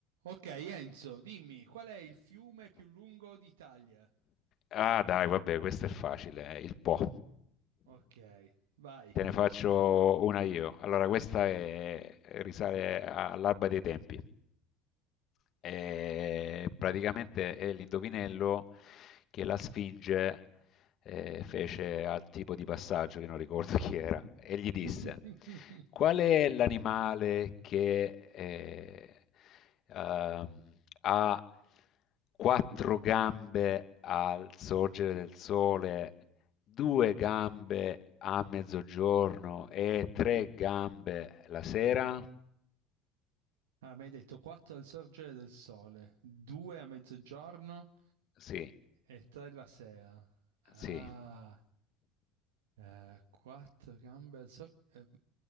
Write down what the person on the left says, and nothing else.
Ah, dai, vabbè, questo è facile, eh, il Po.
Te ne faccio una io. Allora, questa è- risale all'alba dei tempi. E praticamente è l'indovinello che la Sfinge eh, fece al tipo di passaggio che non ricordo <laughs> chi era e gli disse:
Qual è l'animale che eh, ehm, ha quattro gambe al sorgere del sole, due gambe a mezzogiorno e tre gambe la sera?
Sì,
sì.